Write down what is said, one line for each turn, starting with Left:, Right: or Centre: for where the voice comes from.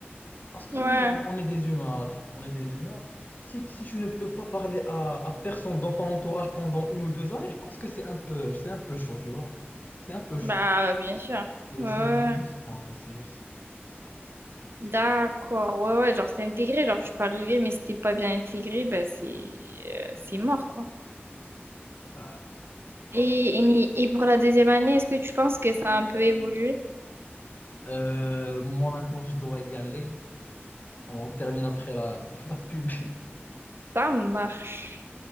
Left: parce que
Right: Ouais.
Left: oui, on, on est des humains à la fin. On est des humains. Si, si tu ne peux pas parler à, à personne dans ton entourage pendant une ou deux années, je pense que c'est un peu, c'est un peu chaud, tu vois. C'est un peu chaud.
Right: Bah, bien sûr.
Left: C'est
Right: Ouais.
Left: c'est
Right: ouais. ouais.
Left: juste, c'est juste ça, en fait. C'est juste.
Right: D'accord, ouais, ouais, genre c'est intégré, genre tu peux arriver, mais si t'es pas bien intégré, ben c'est euh, c'est mort, quoi.
Left: Ah.
Right: Et, et, ni- et pour la deuxième année, est-ce que tu penses que ça a un peu évolué?
Left: Euh, moi, maintenant, je dois y aller. On termine après la, <laughs> la pub.
Right: Ça marche.